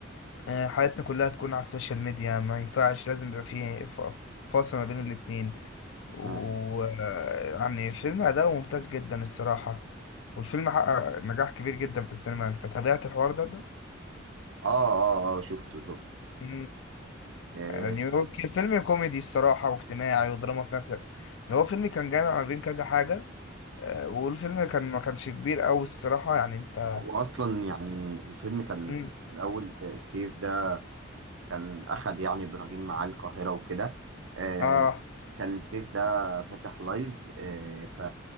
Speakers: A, on the left; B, on the right.
A: آه حياتنا كلها تكون على السوشيال ميديا ما ينفعش لازم يبقى فيه ف- فاصل ما بين الاتنين ويعني
B: مم.
A: الفيلم أداؤه ممتاز جدا الصراحة والفيلم حقق نجاح كبير جدا في السينما انت تابعت الحوار ده
B: آه آه آه شفته شفته
A: ده؟
B: آه
A: يعني هو كان فيلم كوميدي الصراحة واجتماعي ودراما في نفس الوقت هو فيلم كان جامع ما بين كذا حاجة آه، والفيلم كان ما كانش كبير أوي الصراحة يعني أنت آه،
B: هو أصلا يعني الفيلم كان
A: مم.
B: في الأول آه، سيف ده كان أخد يعني إبراهيم معاه القاهرة وكده آه
A: آه
B: كان سيف ده فاتح لايف آه ف